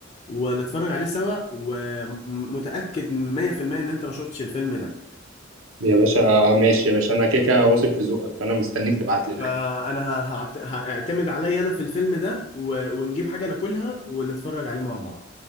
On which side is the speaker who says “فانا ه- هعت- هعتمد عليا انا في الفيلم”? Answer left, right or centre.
Left